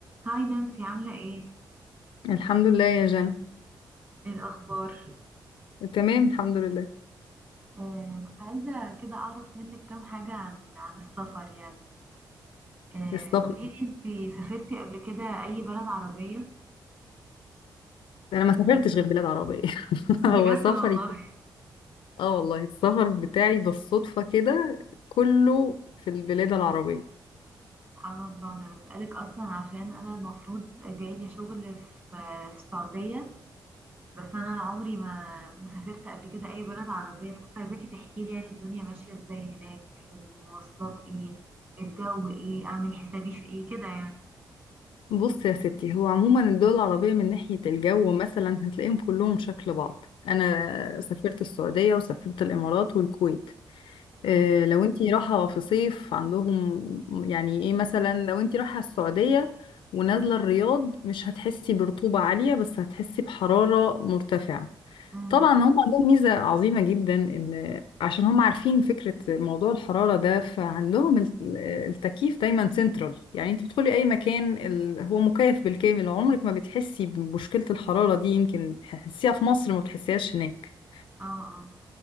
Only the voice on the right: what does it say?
هاي نانسي عاملة ايه؟
ايه الأخبار؟
آه كنت عايزة كده أعرف منك كام حاجة عن عن السفر يعني آه
قوليلي انتي سافرتي قبل كده أي بلد عربية؟
<laughs>
بجد
والله
سبحان الله أنا بسألك أصلا عشان أنا المفروض جايلي شغل في في السعودية بس أنا عمري ما ما سافرت قبل كده أي بلد عربية فكنت عايزاكي تحكيلي يعني الدنيا ماشية ازاي هناك المواصلات ايه الجو ايه أعمل حسابي في ايه كده يعني
امم
امم
اه اه